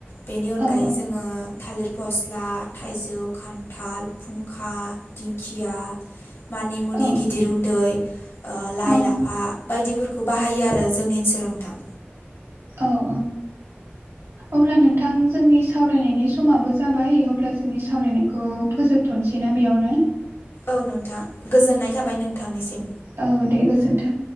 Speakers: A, on the left; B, on the right.
A: बेनि अनगायै
B: औ
A: जोङो थालिर फस्ला थाइजौ खान्थाल, फुंखा दिंखिया मानि मुनि
B: औ
A: गिदिर उन्दै ओ लाइ
B: औ
A: लाफा बायदिफोर बाहायो आरो जोंनि ओनसोलाव नोंथां।
B: औ औ अब्ला नोंथां जोंनिस सावरायनायनि समाबो जाबाय अब्ला जोंनि सावरायनायखौ फोजोबथ'नोसै ना बेयावनो?
A: औ नोंथां। गोजोननाय थाबाय नोंथांनिसिम
B: औ दे गोजोनथों।